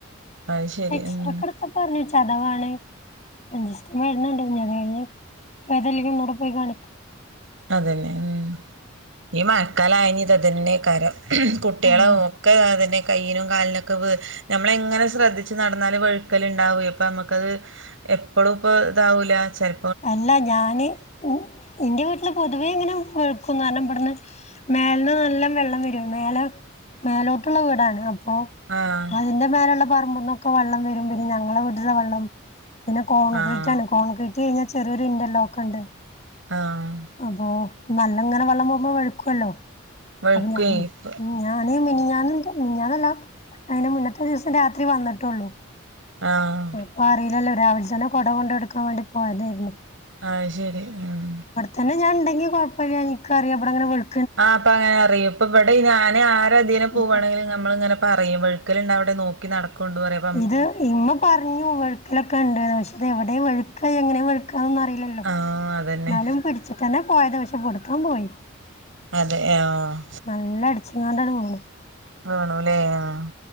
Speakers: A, on the right; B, on the left.
A: അത് ശരി
B: എക്സ്റക്കെട്ത്തപ്പർഞ്ഞ്
A: ഉം
B: ചതവാണ്. അഞ്ചിസ്ത് ന് മരുന്ന്ണ്ട് ഇഞ് അത് കഴിഞ് ഭേദല്ലെങ്കി ഒന്നൂടെ പോയി കാണിക്ക
A: അതന്നെ ഉം ഈ മഴക്കാലായ ഞിതതന്നെ കാരം കുട്ടികളൊ
B: ആഹ്
A: ഒക്കെ അതെന്നെ കൈയ്യിനും കാലിനൊക്കെ വ് ഞമ്മള് എങ്ങനെ ശ്രദ്ധിച്ച് നടന്നാലും വഴുക്കൽ ഇണ്ടാവേ ഇപ്പ മ്മുക്കത് എപ്പളും ഇപ്പോ താവൂല ചെൽ
B: അല്ല ഞാന് ഉം ഇന്റെ വീട്ടില് പൊതുവേ ഇങ്ങനെ വഴുക്കും കാരണം ഇവിടുന്ന് മേൽന്ന് നല്ലം വെള്ളം വരെ മേലെ മേലോട്ടുള്ള വീടാണ് അപ്പൊ
A: ആഹ്
B: ഇന്റെ മേലള്ള പറമ്പുന്നൊക്കെ വെള്ളം വരും പിന്നെ ഞങ്ങളെ വീടുത്തെ വെള്ളം പിന്നെ കോൺക്രീറ്റ്
A: ആഹ്
B: ആണ് കോൺക്രീറ്റ് കഴിഞ്ഞാ ചെറിയൊരു ഇന്റർലോക്ക് ഇണ്ട്
A: ആഹ്
B: അപ്പൊ നല്ലങ്ങനെ വെള്ളം പോവുമ്പോ വഴുക്കല്ലോ
A: വഴുക്കുവേ
B: അപ്പൊ ഞം
A: ഇപ്പ
B: ഉം ഞ ഞാന് മിനിഞ്ഞാന്ന് ൻ്റെ മിനിഞ്ഞാന്നല്ലാ അയിന് മുന്നത്തെ ദിവസം രാത്രി വന്നിട്ടൊള്ളൂ.
A: ആഹ്
B: ഇപ്പൊ അറിയില്ലല്ലോ രാവിൽ തന്നെ കൊട കൊണ്ടൊടുക്കാൻ വേണ്ടി പോയതേയിരുന്നു.
A: ആഹ് ശരി ഉം
B: തന്നെ ഞാൻ ഇണ്ടെങ്കി കൊഴപ്പല്ല്യ നിക്ക് അറിയാം ഇവടെ ഇങ്ങനെ വഴ്
A: ആഹ് അപ്പൊ അങ്ങനെ അറിയും ഇപ്പൊ ഇവടെ ഞാന് ആര് തിന് പോവാണെങ്കിലും
B: ഇത്
A: നമ്മളിങ്ങനെ പറ യും വഴുക്കലുണ്ടവിടെ നോക്കി നടക്കൊണ്ട് പറയാം
B: ഇത് ഇമ്മ പറഞ്ഞു വെഴുക്കലൊക്കെ ഇണ്ട്ന്ന് പക്ഷെ തെവിടെ വെഴുക്ക എങ്ങനെയാ വെഴുക്കന്നൊന്നും അറിയി ലല്ലോ
A: ആഹ് അതന്നെ
B: ന്നാലും പിടിച്ചിട്ടന്നെ പോയത് പഷേ പിടുത്തം പോയി
A: അതെ ആഹ്
B: നല്ല അടിച്ചങ്ങാണ്ടണ്ട് വീണ്
A: വീണൂല്ലേ ആഹ്